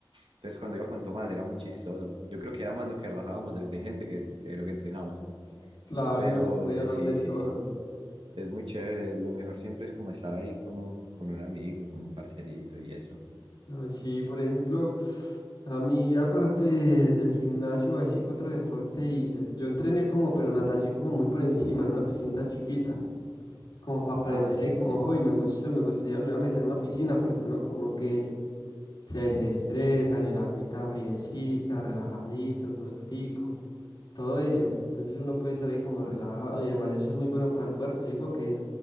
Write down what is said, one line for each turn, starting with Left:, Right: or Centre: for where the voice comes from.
Right: Entonces, cuando iba con Tomás era muy chistoso. Yo creo que era más lo que rajábamos de, de gente que, que lo que entrenábamos.
Left: Claro,
Right: Pero
Left: no le pone
Right: eh,
Left: a hablar
Right: sí,
Left: de todo.
Right: sí, es muy chévere. Lo mejor siempre es como estar ahí con un, con un amigo, con un parcerito y eso.
Left: No, sí, por ejemplo, a mí aparte de- del gimnasio, así que otro deporte hice. Yo entrené como, pero natación como muy por encima, en una piscina chiquita. como para aprender
Right: Ah, sí,
Left: ahí
Right: sí,
Left: como,
Right: sí.
Left: hoy me gustó, me gustaría volver a meter en una piscina porque uno como que se desestresa en el agüita friecita, relajadito, sueltico, todo eso. Entonces uno puede estar ahí como relajado y además eso es muy bueno para el cuerpo. Yo digo que